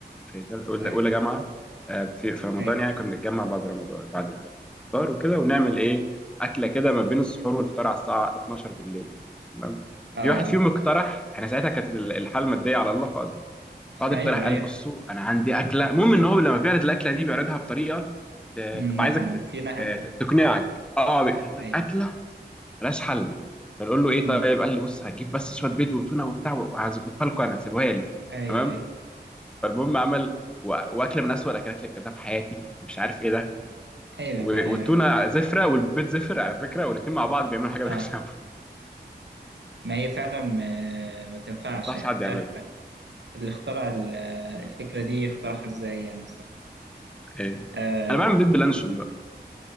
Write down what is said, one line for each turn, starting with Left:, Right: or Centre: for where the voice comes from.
Centre: في تل- اولى
Right: ايوه
Centre: أولى جامعه آه، في في رمضان
Right: ايوه
Centre: يعني كنا بنتجمع بعد رمضان بعد الفطار وكده ونعمل ايه اكله كده ما بين السحور والفطار على الساعه 12 بالليل تمام ففي
Right: اه
Centre: واحد فيهم اقترح احنا ساعتها كانت ال- الحال الماديه على الله خالص واحد
Right: ايوه
Centre: اقترح
Right: ايوه
Centre: قال بصوا انا عندي اكله المهم ان هو لما بيعرض الاكله دي بيعرضها بطريقه آه،
Right: أمم،
Centre: تبقى
Right: نهم
Centre: عايزك ت-
Right: في نهم
Centre: آه، تقنعك اه قال لك
Right: ايوه
Centre: اكله ملهاش حل فنقول له ايه
Right: أمم،
Centre: طيب قال لي بص هتجيب بس شويه بيض وتونه وبتاع وهظبطها لكم انا سيبوها لي
Right: ايوه
Centre: تمام
Right: ايوه
Centre: فالمهم عمل و- واكله من اسوأ الاكلات اللي اكلتها في حياتي مش عارف ايه ده
Right: ايوه
Centre: و-
Right: ايوه
Centre: والتونه زفره والبيض زفر على فكره والاثنين مع بعض بيعملوا حاجه ملهاش
Right: اه
Centre: <laughs> ما
Right: ما هي فعلا ما, ما تنفعش
Centre: انصحش
Right: يعني
Centre: حد
Right: مش
Centre: يعملها
Right: عارف اللي اخترع ال- الفكرة دي اخترعها ازاي يعني
Centre: ايه
Right: آه
Centre: انا بعمل بيض بلانشون بقى